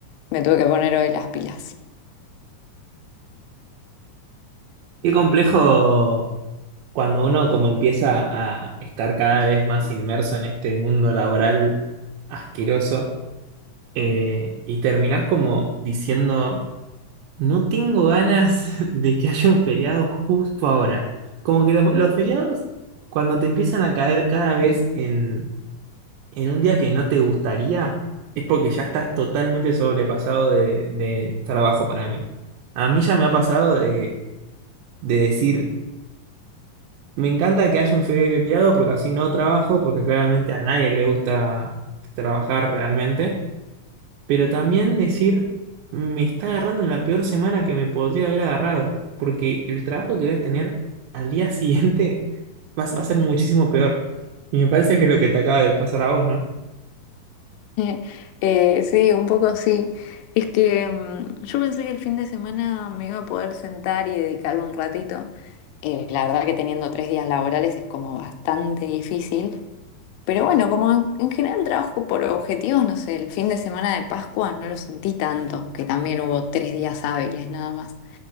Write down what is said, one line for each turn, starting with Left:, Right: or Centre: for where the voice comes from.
Left: me tuve que poner hoy las pilas.
Right: Qué complejo cuando uno como empieza a estar cada vez más inmerso en este mundo laboral asqueroso eh, y terminás como diciendo... No tengo ganas <laughs> de que haya un feriado justo ahora. Como que los, los feriados, cuando te empiezan a caer cada vez en, en un día que no te gustaría, es porque ya estás totalmente sobrepasado de, de trabajo para mí. A mí ya me ha pasado de, de decir, me encanta que haya un feriado porque así no trabajo, porque claramente a nadie le gusta trabajar realmente. pero también decir, me está agarrando en la peor semana que me podría haber agarrado, porque el trabajo que voy a tener al día <laughs> siguiente va a va a ser muchísimo peor. Y me parece que es lo que te acaba de pasar a vos, ¿no?
Left: <laughs> Eh, sí, un poco sí. Es que mm, yo pensé que el fin de semana me iba a poder sentar y dedicarlo un ratito. Eh, la verdad que teniendo tres días laborales es como bastante difícil. Pero bueno, como en, en general trabajo por objetivos, no sé, el fin de semana de Pascua no lo sentí tanto, que también hubo tres días hábiles nada más.